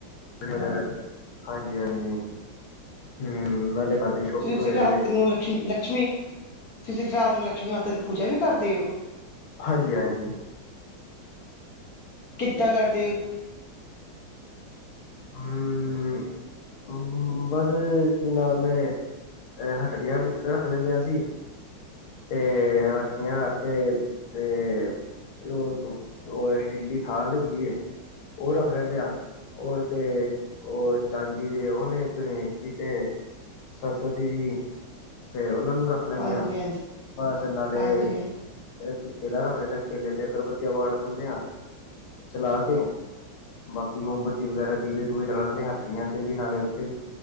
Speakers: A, on the left; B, on the left.
A: <unintelligible> ਹਾਂਜੀ-ਹਾਂਜੀ, ਹੂੰ ਨਾਲੇ ਘਰ ਦੀ ਸ਼ੋਪਿੰਗ
B: ਤੁਸੀਂ
A: ਹੋ ਜਾਂਦੀ
B: ਤਾ
A: ਹੈ
B: ਤ੍ਰੀ ਲਕਸ਼ਮੀ- ਲਕਸ਼ਮੀ ਤੁਸੀਂ ਰਾਤ ਨੂੰ ਲਕਸ਼ਮੀ ਮਾਤਾ ਦੀ ਪੂਜਾ ਵੀ ਕਰਦੇ ਓ?
A: ਹਾਂਜੀ-ਹਾਂਜੀ।
B: ਕਿੱਦਾਂ ਕਰਦੇ?
A: ਹੂੰ ਹੂੰ, ਬਸ ਕੀ ਨਾਮ ਐ, ਏ ਹੱਟੜਿਆ ਰੱਖ ਲੈਂਦੇ ਆ ਅਸੀ। ਤੇ ਹੱਟੜੀਆਂ ਰੱਖ ਕੇ, ਤੇ ਉਹ ਇ-ਉਹ ਸਟੀਲੀ ਥਾਲ ਹੁੰਦੀ ਏ। ਉਹ ਰੱਖ ਲੈਂਦੇ ਆ, ਉਰ ਤੇ ਉਹ ਚਾਂਦੀ ਦੇ ਓ ਫੇਰ ਗਣੇਸ਼ ਜੀ ਤੇ, ਸਰਸਵਤੀ ਜੀ, ਤੇ ਉਨਾਂ ਨੂੰ ਰੱਖ ਲੈਂਦੇ
B: ਹਾਂਜੀ
A: ਆਂ,
B: ਹਾਂਜੀ
A: ਬਸ ਨਾਲੇ
B: ਹਾਂਜੀ
A: ਫੇਰ ਇਕ ਕੇਲਾ ਰੱਖ ਲੈਂਦਾ ਆ, ਕੇਲੇ ਤੇ ਅਗਰਬਤੀ ਵਾੜ ਦਿੰਦੇ ਆ ਚਲਾ ਕੇ, ਬਾਕੀ ਮੋਮਬੱਤੀ ਵਗੈਰਾ ਦੀਵੇ-ਦੂਵੇ ਚਲਾ ਲਈਦੇ ਹੱਟੀਆਂ ਤੇ ਵੀ ਨਾਲੇ <inaudible>